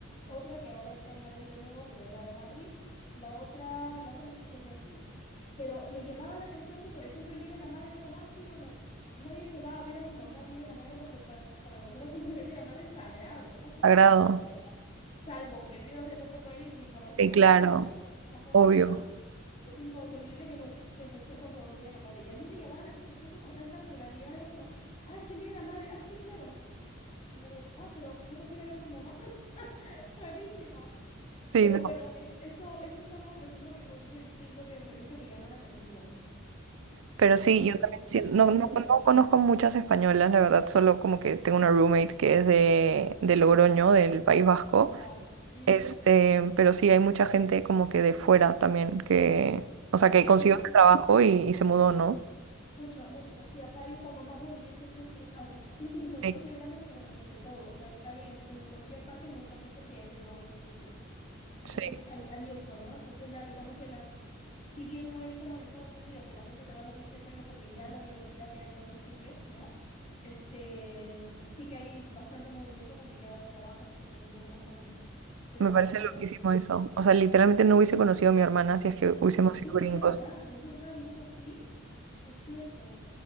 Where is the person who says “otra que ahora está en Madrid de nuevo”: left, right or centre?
Left